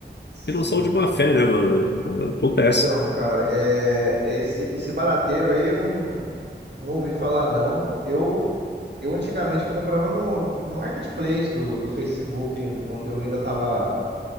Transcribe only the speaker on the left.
que não são de má fé, né, mano? Acontece.